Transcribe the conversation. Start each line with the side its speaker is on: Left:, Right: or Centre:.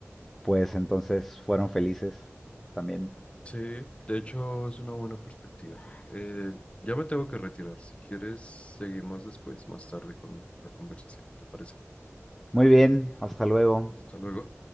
Centre: pues entonces fueron felices también.
Left: Sí, de hecho es una buena perspectiva. Eh, ya me tengo que retirar. Si quieres, seguimos después, más tarde con la conversación, ¿te parece?
Centre: Muy bien, hasta luego.
Left: Hasta luego.